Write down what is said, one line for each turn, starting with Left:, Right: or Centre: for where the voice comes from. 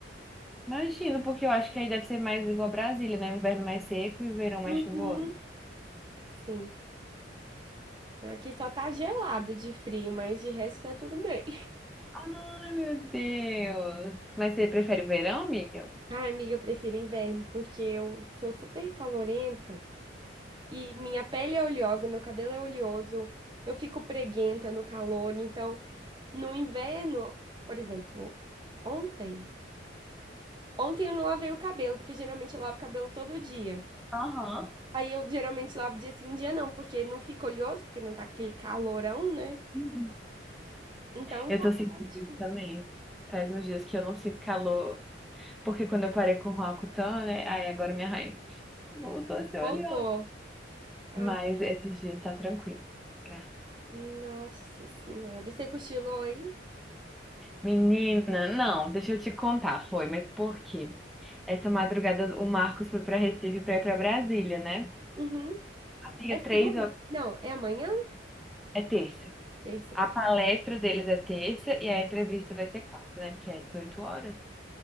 Centre: Imagino, porque eu acho que aí deve ser mais igual Brasília, né? Inverno mais seco e o verão mais
Right: Uhum.
Centre: chuvoso.
Right: Sim. Aqui só tá gelado de frio, mas de resto tá tudo bem.
Centre: Ai, meu Deus. Mas você prefere o verão, amiga?
Right: Ah, amiga, eu prefiro inverno, porque eu sou super calorenta e minha pele é oleosa, meu cabelo é oleoso, eu fico preguenta no calor. Então, no inverno, por exemplo, ontem, ontem eu não lavei o cabelo, porque geralmente eu lavo o cabelo todo dia.
Centre: Aham.
Right: Aí eu geralmente lavo dia sim, dia não, porque não fica oleoso, porque não tá aquele calorão, né?
Centre: Uhum.
Right: Então
Centre: Eu
Right: tá
Centre: tô sentindo
Right: ótimo.
Centre: isso também. Faz uns dias que eu não sinto calor, porque quando eu parei com o Roacutan, né? Aí agora minha raiz voltou a ser
Right: Voltou.
Centre: oleosa.
Right: Ah,
Centre: Mas esses dias tá tranquilo. tá?
Right: nossa senhora. E você cochilou aí?
Centre: Menina, não, deixa eu te contar, foi, mas por quê? Essa madrugada o Marcos foi pra Recife pra ir pra Brasília, né?
Right: Uhum.
Centre: Amiga,
Right: É segunda?
Centre: três horas.
Right: Não, é amanhã?
Centre: É terça.
Right: Terça.
Centre: A
Right: tá.
Centre: palestra deles é terça e a entrevista vai ser quarta, né? Porque é 18 horas.